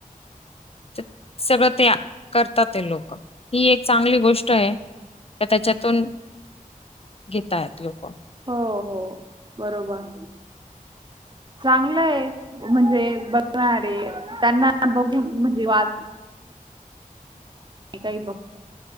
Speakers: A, on the left; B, on the right.
A: तर सगळं ते करतात ते लोक ही एक चांगली गोष्ट आहे का त्याच्यातून घेतय लोक
B: हो हो बरोबर चांगलंय म्हणजे बघणारे त्यांना बघून म्हणजे वा मी काही बघ